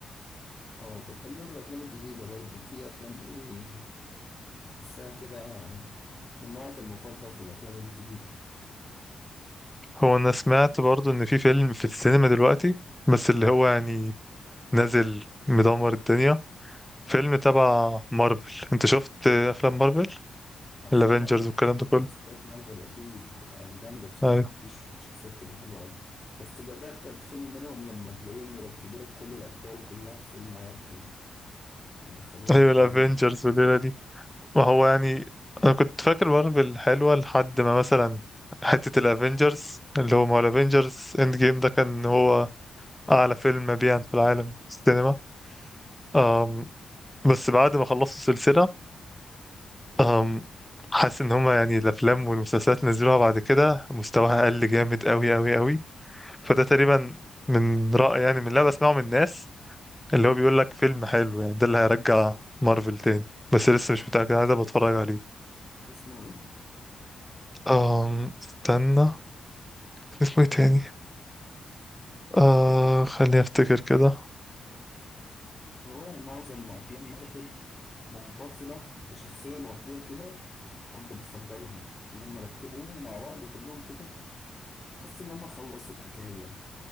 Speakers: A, on the left (about 30°); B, in the centre.
A: اه طب خلينا في الافلام الجديده برضه في افلام ايه تحسها كده من نوعك المفضل في الافلام الجديده
B: هو انا سمعت برضو ان في فيلم في السينما دلوقتي بس اللي هو يعني نازل مدمر الدنيا فيلم تبع مارفل انت شفت افلام مارفل
A: افلام
B: الافينجرز
A: مارفل
B: والكلام ده
A: شخصيات
B: كله
A: مارفل اكيد آه، جامده بصراحه
B: ايوه
A: في شوية شخصيات كده حلوه قوي بس بدات اتخنق منهم لما تلاقيهم يركبوا لك كل الابطال كلها في فيلم واحد ودخلوهم
B: <laughs> ايوه
A: كلهم
B: الافينجرز والليله دي ما هو يعني انا كنت فاكر مارفل حلوه لحد ما مثلا حته الافينجرز اللي هو ما هو الافينجرز اند جيم ده كان هو اعلى فيلم مبيعا في العالم في السينما أم، بس بعد ما خلصت السلسله أم حاسس ان هما يعني الافلام والمسلسلات اللي نزلوها بعد كده مستواها قل جامد قوي قوي قوي فده تقريبا من رأي يعني من اللي أنا بسمعه من الناس اللي هو بيقول لك فيلم حلو يعني ده اللي هيرجع مارفل تاني بس لسه مش متأكد عايز أبقى اتفرج عليه
A: اسمه ايه
B: أم استنى كان اسمه ايه تاني آه خليني افتكر كده
A: هو معظم افلام مارفل منفصله كشخصيه لوحديها كده كنت بفضلها لما ركبوهم مع بعض كلهم كده تحس ان هم خلصوا الحكايه